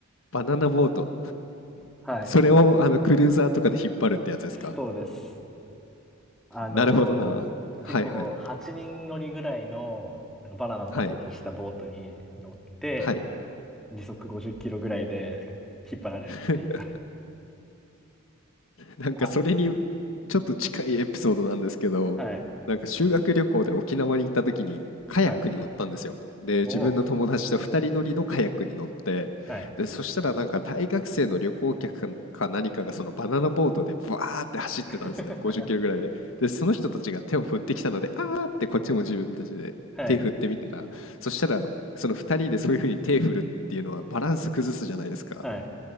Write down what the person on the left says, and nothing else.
バナナボート。
それをあのクルーザーとかで引っ張るってやつですか
なるほどな。はいはい。はい。はい。
<laughs> なんかそれに
ちょっと近いエピソードなんですけど、
なんか修学旅行で沖縄に行った時にカヤックに乗ったんですよ。
で、
自分の友達と2人乗りのカヤックに乗って、
で、そしたらなんか大学生の旅行客かか何かがそのバナナボートでバーって走ってたんですね。
50キロぐらいで。で、その人たちが手を振ってきたので、あーってこっちも自分たちで手振ってみたら、
そしたらその2人でそういうふうに手振るっていうのはバランス崩すじゃないですか。